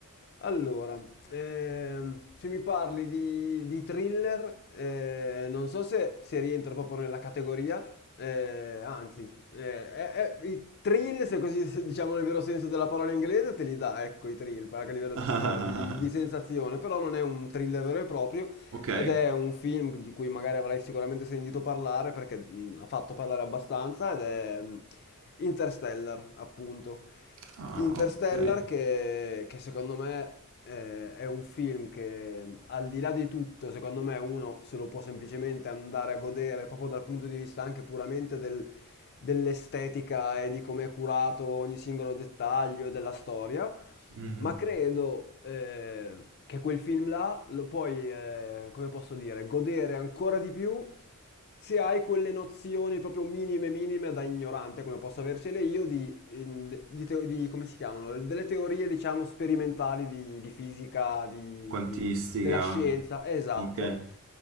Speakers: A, on the left; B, on the right.
A: Allora, ehm, se mi parli di, di thriller, eh, non so se, se rientra proprio nella categoria, eh, anzi, eh, è- è- i thrill, se così se diciamo nel vero senso della parola inglese, te li dà, ecco, i thrill, anche a livello
B: <laughs>
A: di, sto- di- di sensazione, però non è un thriller vero e proprio
B: Ok?
A: ed è un film di cui magari avrai sicuramente sentito parlare perché mm, ha fatto parlare abbastanza ed è mm, Interstellar, appunto.
B: Ah,
A: Interstellar
B: ok.
A: che, che secondo me eh, è un film che al di là di tutto, secondo me uno se lo può semplicemente andare a godere proprio dal punto di vista anche puramente del- dell'estetica e di come è curato ogni singolo dettaglio della storia,
B: Mhm.
A: ma credo eh, che quel film là lo puoi, eh, come posso dire, godere ancora di più se hai quelle nozioni proprio minime, minime da ignorante, come posso avercele io, di, ehm, di teo- di- come si chiamano? Delle teorie, diciamo, sperimentali di, di fisica, di-
B: Quantistica.
A: della scienza, esatto.
B: Ok.